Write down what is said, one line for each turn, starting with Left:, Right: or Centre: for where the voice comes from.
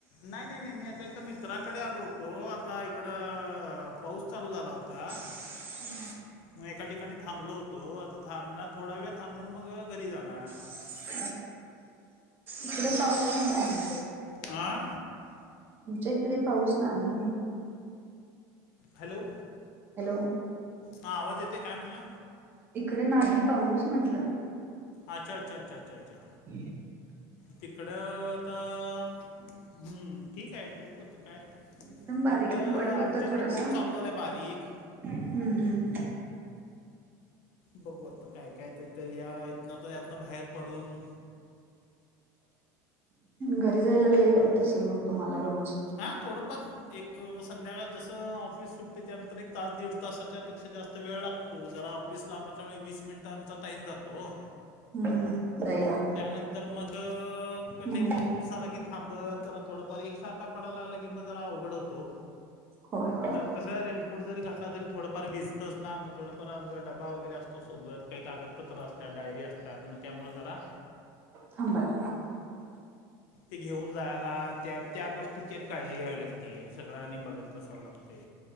Left: नाही -नाही नाही मी एका एका मित्राकडे आलो होतो. आता इकड पाऊस चालू झाला होता.
Right: <inaudible>
Left: मग एका ठिकाणी थांबलो होतो. आता थांब थोडा वेळ थांबून मग घरी जाणार.
Right: <inaudible> इकडे पाऊस नाही आज.
Left: आ
Right: आमच्या इकडे पाऊस नाही.
Left: हॅलो.
Right: हॅलो.
Left: हा आवाज येतोय. काय म्हणला?
Right: इकडे नाही पाऊस म्हंटल.
Left: अच्छा अच्छा अच्छा अच्छा अ्छा.
Right: <inaudible>
Left: तिकड तर, हम्म ठीक आहे. बघू आता काय.
Right: एकदम बारीक
Left: तिकड
Right: पडत
Left: आमच्याकडे
Right: होता थोडासा
Left: पाऊस चालू झालाय बारीक.
Right: हम्म हम्म
Left: बघू आता काय काय इथ या इथन तर यातन तर बाहेर पडून.
Right: घरी जायला लेट होत असेल मग तुम्हाला रोज.
Left: हा थोडफार एक संध्याकाळ जस ऑफिस सुटते त्यानंतर एक तास दीड तासाच्या ेक्षा जास्त वेळ लागतो. जरा ऑफिसला मागच्या वीस मिनिटं आमचा टाईम जातो
Right: हम्म जायला
Left: त्यानंतर मग क
Right: हम्म
Left: ते पाऊस बी झाला की, थांबत, जरा थोडफार एकसारखा पडाला लागला की, मग जरा अवघड होतो हो.
Right: होय होय
Left: कारण कस रेनकोट जरी घातला तरी थोडंफार भिजतस ना मग थोडफार डबा वगैरे असतो सोबत काही कागदपत्र असतात डायरी असतात मग त्यामुळ जरा
Right: थांबायला लागते.
Left: ते घेऊन जायला, त्या त्या गोष्टीची आणि काळजी घ्यावी लागते. सगळ्यांनी बघ बसा लागते